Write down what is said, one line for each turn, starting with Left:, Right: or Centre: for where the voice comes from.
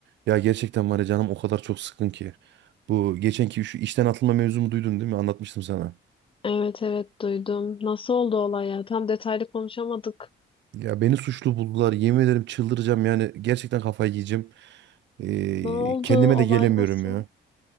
Right: Ya gerçekten var ya canım o kadar çok sıkın ki. Bu geçenki şu işten atılma mevzumu duydun değil mi? Anlatmıştım sana.
Left: Evet evet duydum. Nasıl oldu olay ya? Tam detaylı konuşamadık.
Right: Ya beni suçlu buldular. Yemin ederim çıldıracağım yani. Gerçekten kafayı yiyeceğim. Ee,
Left: Ne oldu?
Right: kendime
Left: Olay
Right: de gelemiyorum
Left: nasıl?
Right: ya.